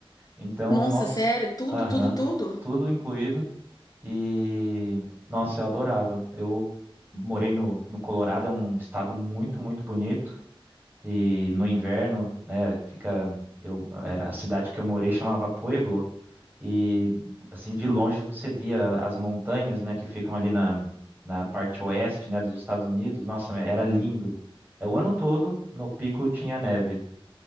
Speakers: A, on the right; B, on the left.
A: Então,
B: Nossa,
A: nossa,
B: sério? Tudo,
A: aham,
B: tudo, tudo?
A: tudo incluído. E, nossa, eu adorava. Eu morei no, no Colorado, é um estado muito, muito bonito. E no inverno, né, fica, eu, era a cidade que eu morei, chamava Pueblo. E, assim, de longe você via as montanhas, né, que ficam ali na, na parte oeste, né, dos Estados Unidos. Nossa, era lindo. É, O ano todo, no pico tinha neve.